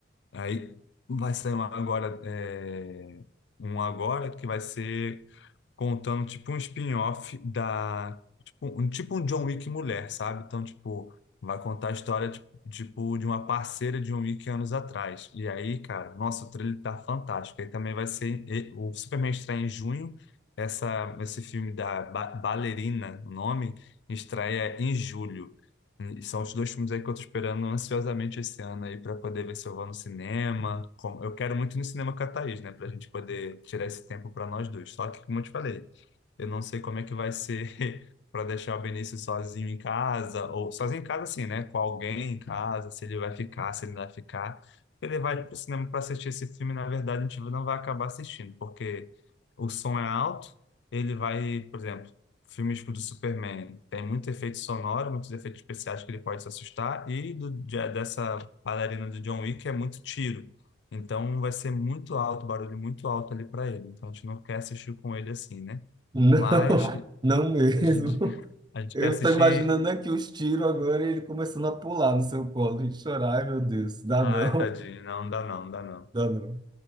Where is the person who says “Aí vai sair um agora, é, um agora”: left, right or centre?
Left